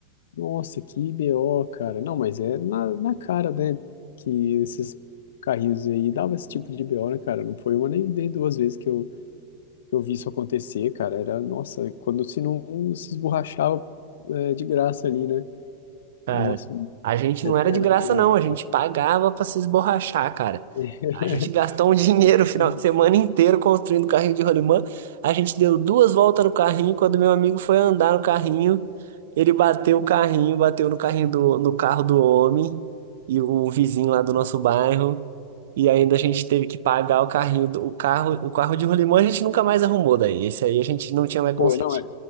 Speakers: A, on the left; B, on the right.
A: nossa, que BO, cara. Não, mas é na, na cara, né? Que esses carrinhos aí dava esse tipo de BO, né, cara? Não foi uma nem, nem duas vezes que eu, que eu vi isso acontecer, cara. Era, nossa, quando se não se esborrachava, é, de graça ali, né?
B: Cara,
A: Nossa,
B: a gente
A: era,
B: não era de
A: era
B: graça,
A: terrível,
B: não. A gente pagava pra se esborrachar, cara.
A: <laughs>
B: A gente gastou um <laughs> dinheiro
A: Exatamente.
B: o final de semana inteiro construindo carrinho de rolimã. A gente deu duas voltas no carrinho. Quando meu amigo foi andar no carrinho, ele bateu o carrinho, bateu no carrinho do, no carro do homem e o vizinho lá do nosso bairro. E ainda a gente teve que pagar o carrinho, do, o carro, o carro de rolimã a gente nunca mais arrumou daí. Esse aí a gente não tinha mais conseguido.
A: Pô, não é.